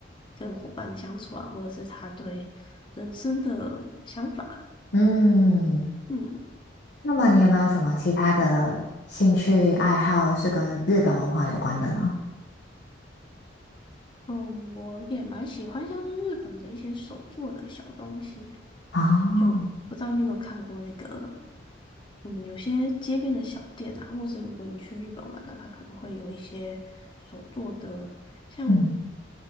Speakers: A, on the left (about 25°); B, on the left (about 60°).
A: 跟伙伴的相处啊，或者是他对人生的想法。
B: 嗯，
A: 嗯
B: 那么你有没有什么其他的兴趣爱好是跟日本文化有关的呢？
A: 嗯，我也蛮喜欢像是日本的一些手做的小东西，
B: 哦，
A: 就不知道你有没有看过那个嗯，有些街边的小店啊，或是如果你去日本玩呢，它可能会有一些手做的，像
B: 嗯